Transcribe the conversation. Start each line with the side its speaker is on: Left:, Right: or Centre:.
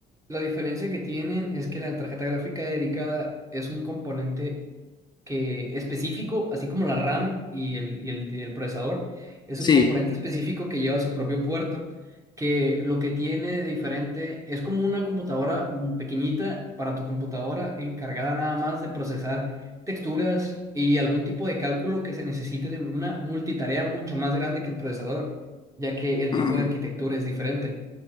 Right: La diferencia que tienen es que la tarjeta gráfica dedicada es un componente que específico, así como la RAM y el, y el, y el procesador, es
Left: Sí,
Right: un componente específico que lleva su propio puerto, que lo que tiene de diferente es como una computadora mm, pequeñita para tu computadora encargada nada más de procesar texturas y algún tipo de cálculo que se necesite de una multitarea mucho más grande que el procesador, ya que el
Left: ah,
Right: tipo de
Left: bien,
Right: arquitectura es diferente.